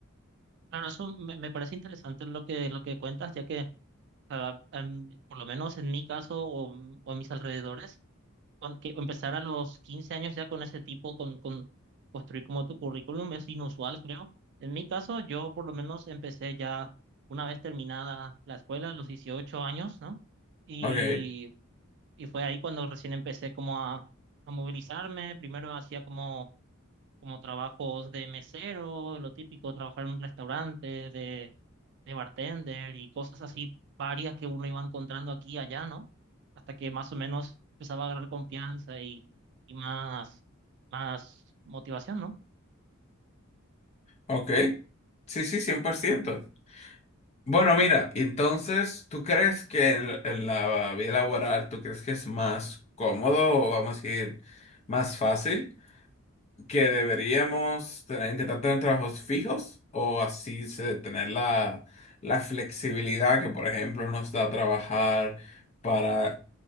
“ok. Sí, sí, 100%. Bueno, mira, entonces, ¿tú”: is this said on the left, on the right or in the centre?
Left